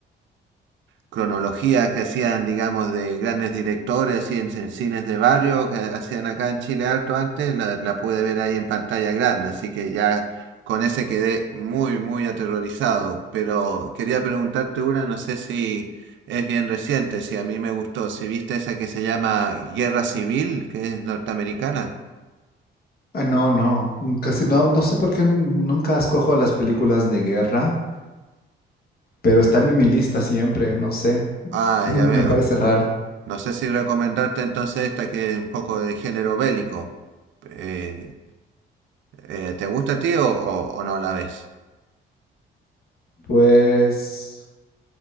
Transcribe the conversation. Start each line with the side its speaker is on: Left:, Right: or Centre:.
Right: cronologías que hacían, digamos, de grandes directores, y en, en cines de barrio que hacían acá en Chile harto antes, la, la pude ver ahí en pantalla grande, así que ya con ese quedé muy, muy aterrorizado. Pero quería preguntarte una, no sé si es bien reciente, si a mí me gustó, si viste esa que se llama Guerra Civil, que es norteamericana.
Left: Ah, no, no, mm, casi no, no sé por qué nunca escojo las películas de guerra, pero están en mi lista siempre, no sé, <laughs>
Right: Ah,
Left: me
Right: ya veo.
Left: parece raro.
Right: No sé si recomendarte entonces esta que es un poco de género bélico. Eh, eh, ¿te gusta a ti o o- o no la ves?
Left: Pues